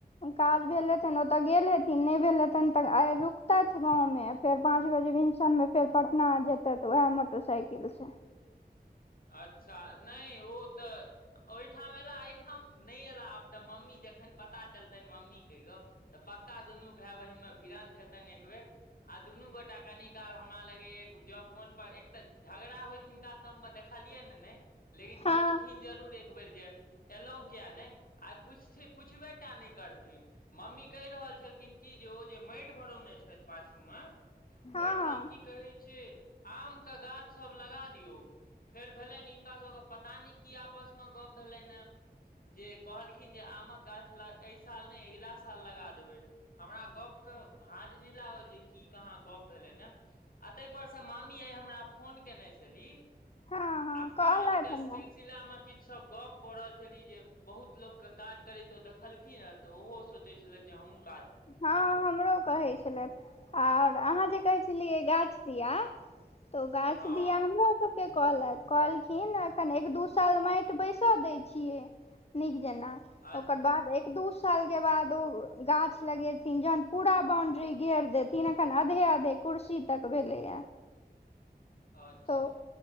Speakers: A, on the left; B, on the left.
A: काज भेल हेथिन ओतऽ गेल हेथिन नहि भेल हेथिन तऽ आइ रुकतैथ गाँवमे फेर पाँच बेर <unintelligible> मे फेर पटना जेते तऽ उएह मोटरसाइकिल से
B: अच्छा नै ओ तऽ ओहिठाम एलाह एहिठाम नहि एलाह आब तऽ मम्मी जखन पता चलतनि मम्मी क गप तऽ प प दुनू भाय बहिन मे भीरंत हेतनि एक बेर आ दुनू गोटा कनि काल हमरा लग ए फोन पर एक तऽ झगड़ा होयत हिनका सब खेनलियै नै लेकिन
A: हँ
B: पुछथिन जरूर एकबेर जे एलहुँ किया नै आइ पुछथिन पूछबेटा नै करथिन मम्मी कहि रहल छलखिन कि की जे ओ जे माइट भरौने छैथ पाछू मे
A: हँ
B: ओहि ठाम की कहै छैय आमके गाछसभ लगा दियौ फेर भेलेन हिनकाभके पता नै की आपसमे गप भेलेन यें। जे कहलखिन जे आमक गाछ ल ऐ साल नै अगिला साल लगा देबै। हमरा गप्पके भाँज नहि लागल जे की कहाँ गप्प भेलेन यें। आ ताहिपरसँ मामी आइ हमरा फोन कयने छलीह।
A: हँ हँ
B: अ काज
A: कहलथि
B: के
A: हमरा
B: सिलसिलामे कि सब गप कऽ रहल छली जे बहुत लोक के काज करैतो देखलखिन ह तऽ ओहो सोचे छले जे हमूँ
A: हँ हमरो कहैत छलैथ और अहाँ जे कहे छलिये गाछ दिये तो गाछ
B: हँ
A: दिये हमरो सब के कहलैथ कहलखिन एखन एक दू साल माटि बैसऽ दै छियै नीक जेना
B: अच्छा
A: ओकर बाद एक दू साल के बाद उ गा छ लगेथिन जहन पूरा बाउंड्री घेर देथिन अखन आधे-आधे कुर्सी तक भेलेय।
B: अच्छा
A: तऽ